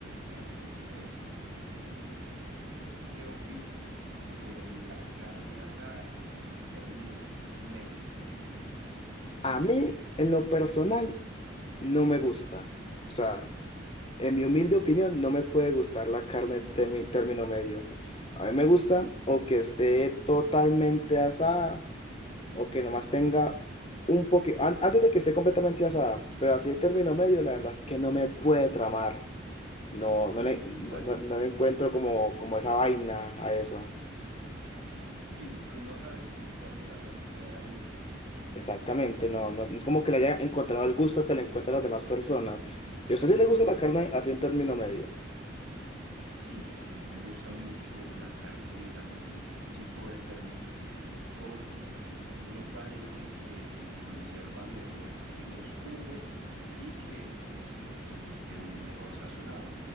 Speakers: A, on the right (about 70°); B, on the left (about 30°).
A: Parce, y entonces, cuénteme usted qué opina sobre la carne asada en término medio.
B: A mí, en lo personal, no me gusta. O sea, en mi humilde opinión, no me puede gustar la carne temi- término medio. A mí me gusta o que esté totalmente asada o que nomás tenga un poquito, antes de que esté completamente asada, pero así de término medio, la verdad es que no me puede tramar. No,
A: Ok,
B: no le, no,
A: ¿y cuál
B: no-
A: es?
B: no le encuentro como, como esa vaina a eso.
A: Sí, no sabes como cuál es la razón realmente.
B: Exactamente, no, no, no es como que le haya encontrado el gusto que le encuentran las demás personas. ¿Y a usted sí le gusta la carne así en término medio?
A: Sí, a mí me gusta mucho la carne, digamos, en ese tipo de término, porque me parece que se conserva mejor los jugos y que pues permite un mejor sazonado.